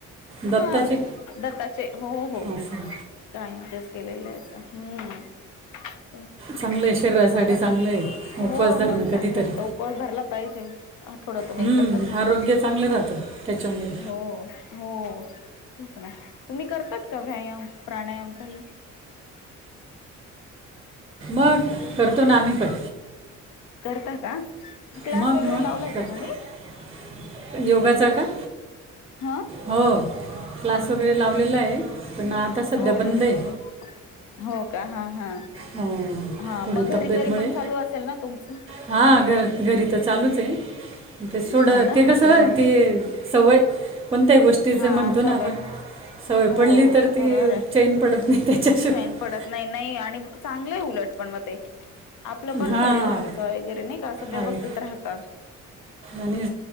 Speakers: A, on the right; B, on the left.
A: दत्ताचे
B: हा दत्ताचे. हो हो.
A: असं
B: कायमचेच केलेलं आहें. हम्म त्याज
A: चांगलं आहे शरीरासाठी
B: त्यामुळे
A: चांगलं आहे
B: तर, हो
A: उपवास धरणं
B: म
A: कधीतरी
B: चांगल असत उपवास धरला पाहिजे. आठवड्यातून
A: हम्म,
B: एकदा तरी.
A: आरोग्य चांगलं राहतं त्याच्यामुळे.
B: हो हो तेच ना तुम्ही करतात का? व्यायाम, प्राणायाम काही.
A: ह करतो ना आम्ही पण.
B: करता का. क्लास
A: मग
B: वगैरे
A: मग
B: लावलाय
A: कर
B: का तुम्ही
A: योगाचा का.
B: हा
A: हो क्लास वगैरे लावलेला आहे. पण आता सध्या
B: हो
A: बंद
B: का
A: आहे
B: अच्छा. हो का हा हा
A: हो,
B: हा
A: थोडी
B: मग
A: तब्येतमुळे
B: घरी तरी पण चालू असेल ना तुमचं.
A: हां घर घरी तर चालूच आहे. ते सोडं
B: हा ना
A: ते कसं
B: हा हा
A: ते सवय कोणत्याही गोष्टीच
B: हा
A: म्हणतो
B: असं
A: ना
B: व्हय
A: आपण. सवय
B: हो
A: पडली तर ती
B: बरोर आहे.
A: चैन पडत नाही त्याच्याशिवाय
B: चैन पडत नाही. नाही आणि चांगलं उलट. <unintelligible> <unintelligible> आपलं पण
A: हां
B: शरीर हलकं वगैरे नाही का असं व्यवस्थित
A: आणि
B: राहत
A: आणि